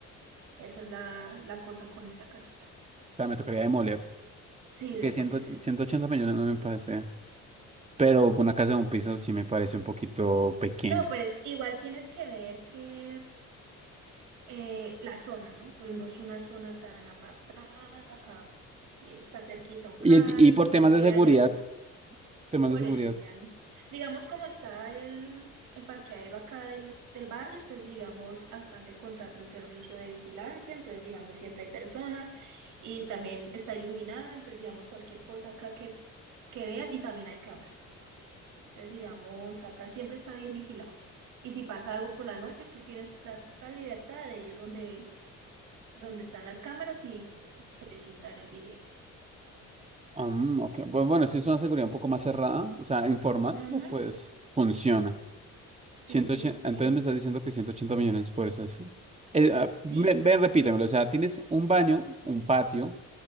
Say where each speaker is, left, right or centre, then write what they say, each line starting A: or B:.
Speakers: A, on the right; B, on the right.
A: Esa es la, la cosa con esta casita.
B: sea, me tocaría demoler.
A: Sí,
B: Porque
A: demoler.
B: ciento ciento ochenta millones no me parece. Pero una casa de un piso sí me parece un poquito pequeña.
A: No, pues igual tienes que ver que eh, la zona, ¿no? Pues no es una zona tan apartada, acá y está cerquita un
B: Y,
A: CAI,
B: y por
A: no
B: temas
A: es que
B: de seguridad,
A: haya mucho
B: temas
A: Por
B: de seguridad.
A: eso, mira, ¿no? Digamos como está el, el parqueadero acá del, del barrio, entonces digamos, acá se contrata un servicio de vigilancia, entonces digamos, siempre hay personas y también está iluminado, entonces digamos, cualquier cosa acá que, que veas y también hay cámaras. Entonces digamos, acá siempre está bien vigilado. Y si pasa algo por la noche, tú tienes la total libertad de ir donde, donde están las cámaras y solicitar el video.
B: ah, mm, ok. Bu- Bueno, sí es una seguridad un poco más cerrada, o sea, informal,
A: Ujú,
B: pero pues funciona. ciento
A: Sí, sí,
B: ochenta
A: y
B: entonces me estás diciendo que 180 millones por esas. Eh, ah,
A: sí,
B: ven, ven, repítemelo. O sea, tienes un baño, un patio,